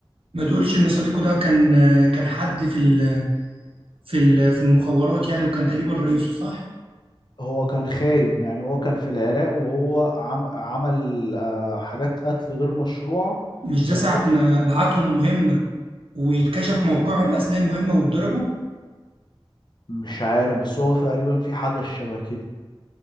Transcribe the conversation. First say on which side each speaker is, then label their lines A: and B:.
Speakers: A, on the right; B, on the left.
A: ما تقولش ان صديقه ده كان كان حد في ال في ال في المخابرات يعني وكان تقريبا رئيسه صح
B: هو كان خاين يعني هو كان في العراق وهو عم عمل آه، حاجات قتل غير مشروعة
A: مش ده
B: وفرانك
A: ساعة ما بعتهم مهمة ويتكشف موقعهم أثناء المهمة واتضربوا
B: مش عارف بس هو تقريبا في حدث شبه كده